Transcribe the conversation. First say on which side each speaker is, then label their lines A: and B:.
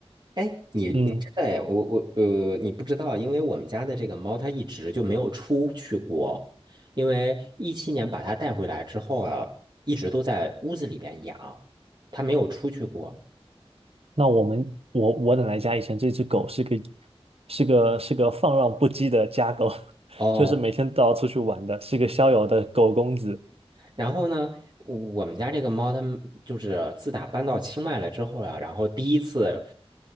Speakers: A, on the right (about 45°); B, on the right (about 70°).
A: 哎，你你真的哎我我呃，
B: 嗯。
A: 你不知道，因为我们家的这个猫它一直就没有出去过，因为一七年把它带回来之后啊，一直都在屋子里边养，它没有出去过。
B: 那我们我我奶奶家以前这只狗是个是个是个放浪不羁的家狗，<laughs>
A: 哦，
B: 就是每天都要出去玩的，是个逍遥的狗公子
A: 然后呢，我们家这个猫，它们就是自打搬到清迈来之后呀、然后第一次